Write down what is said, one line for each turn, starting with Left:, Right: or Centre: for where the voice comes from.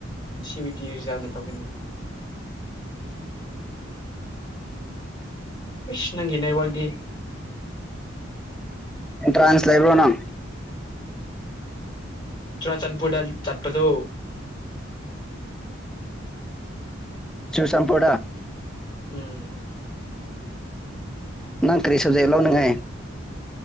Left: ꯁꯤꯋꯤ ꯇꯤ ꯔꯤꯖꯥꯜꯅ ꯇꯧꯒꯅꯤ ꯁꯤ ꯅꯒꯦꯅꯦ ꯋꯥꯥꯛꯗꯤ
Centre: ꯑꯦꯟꯇ꯭ꯔꯦꯟꯁ ꯂꯩꯕ꯭ꯔꯣ ꯅꯪ
Left: ꯆꯨꯔ ꯆꯟꯄꯨꯔꯗꯦꯜ ꯆꯠꯄꯗꯨ
Centre: ꯆꯨꯁꯝꯄ
Left: ꯎꯝ
Centre: ꯅꯪ ꯀꯔꯤ ꯁꯕꯖꯂꯅꯉꯦ